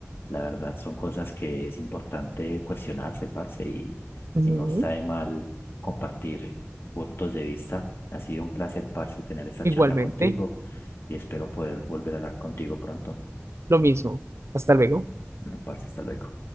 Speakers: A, on the left; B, on the right.
A: La verdad son cosas que es importante cuestionarse, parce, y,
B: Ujú.
A: y no está de mal compartir puntos de vista. Ha sido un placer, parce, tener esta
B: Igualmente,
A: charla contigo y espero poder volver a hablar contigo pronto.
B: lo mismo. Hasta luego.
A: Bueno, parce, hasta luego.